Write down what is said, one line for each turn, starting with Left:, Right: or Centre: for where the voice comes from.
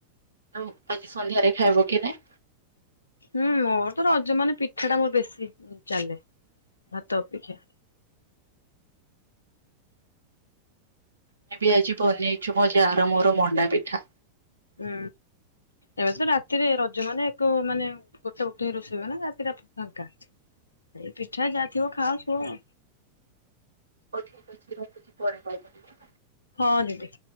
Right: ଆଉ ଆଜି ସନ୍ଧ୍ୟାରେ ଖାଇବ କି ନାହିଁ।
Left: ହୁଁ ମୋର ତ ରଜ ମାନେ ପିଠାଟା ମୋର ବେଶୀ ଚାଲେ। ଭାତ ଅପେକ୍ଷା।
Right: ଆମେ ବି ଆଜି ବନେଇଛୁ ମୋ ଯାଅ ର ମୋର ମଣ୍ଡା ପିଠା।
Left: ହୁଁ। ଏବେ ତ ବି ରାତିରେ ରଜ ମାନେ ଏକ ମାନେ ଗୋଟେ ବକ୍ତ ହିଁ ରୋଷେଇ ହୁଏନା ରାତିଟା ଫାଙ୍କା। ଏ ପିଠା ଯା ଥିବା ଖାଅ ସୁଅ।
Right: ହଉ ଠିକ ଅଛି ରଖୁଛି ପରେ କଲ କରିବି।
Left: ହଁ ଦିଦି।